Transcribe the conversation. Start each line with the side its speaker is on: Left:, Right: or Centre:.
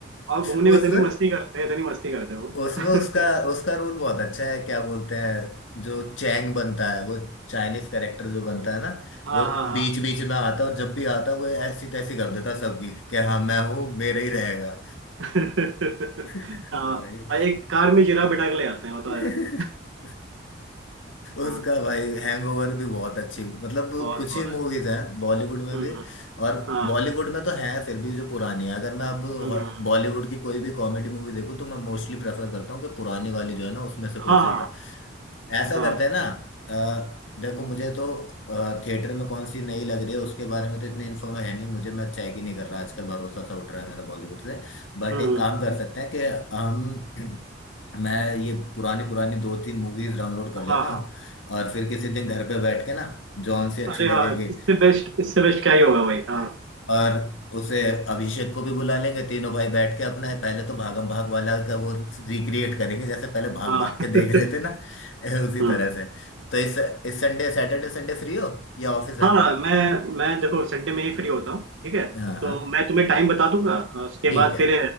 Right: और घूमने
Left: उसमें
Right: में इतनी मस्ती करते हैं इतनी मस्ती करते हैं वो
Left: उसमें
Right: <laughs>
Left: उसका उसका रोल बहुत अच्छा है क्या बोलते हैं जो चैंग बनता है वो चाइनीज कैरेक्टर जो बनता है ना
Right: हाँ
Left: वो
Right: हाँ
Left: बीच बीच में आता है और जब भी आता है वो ऐसी तैसी कर देता है सबकी कि हाँ मैं हूँ मेरे ही रहेगा
Right: हाँ <laughs>
Left: <laughs> भाई
Right: हाँ और एक कार में जिराफ बिठा के ले आते हैं वो तो
Left: <laughs>
Right: है <laughs> हाँ
Left: उसका भाई हैंगओवर भी बहुत अच्छी मतलब
Right: बहुत
Left: कुछ
Right: बहुत
Left: ही मूवीज
Right: अच्छा
Left: हैं बॉलीवुड में
Right: हम्म,
Left: भी और
Right: हाँ
Left: बॉलीवुड में तो है फिर भी जो पुरानी है अगर मैं अब
Right: हम्म
Left: हॉ- बॉलीवुड की कोई भी कॉमेडी मूवी देखूँ तो मैं मोस्टली प्रेफर करता हूँ कि पुरानी वाली जो है ना उसमें से कोई
Right: हाँ,
Left: सी उठा ऐसा
Right: हाँ,
Left: करते हैं ना अ, देखो मुझे तो थिएटर में कौन सी नई लग रही है उसके बारे में तो इतनी इन्फॉर्म है नहीं मुझे मैं चेक ही नहीं कर रहा आजकल भरोसा सा उठ रहा है मेरा बॉलीवुड से बट
Right: हुँ,
Left: एक काम कर सकते हैं कि हम मैं ये पुरानी पुरानी दो तीन मूवीज डाउनलोड कर लेता
Right: हाँ, हाँ।
Left: हूँ और फिर किसी दिन घर पे बैठ के ना जॉन सी अच्छी
Right: अरे
Left: लगेगी
Right: हाँ, इससे बेस्ट इससे बेस्ट क्या ही होगा भाई हाँ
Left: और उसे अभिषेक को भी बुला लेंगे तीनों भाई बैठ के अपना पहले तो भागम भाग वाला का वो रिक्रिएट करेंगे जैसे पहले भाग
Right: हाँ
Left: भाग के
Right: <laughs>
Left: देख रहे थे ना <laughs> उसी
Right: हम्म,
Left: तरह से तो इस इस संडे सैटरडे संडे फ्री हो या ऑफिस है
Right: हाँ मैं मैं देखो संडे में ही फ्री होता हूँ ठीक है
Left: हाँ
Right: तो
Left: हाँ
Right: मैं तुम्हें टाइम बता दूंगा अ, उसके
Left: ठीक
Right: बाद
Left: है
Right: फिर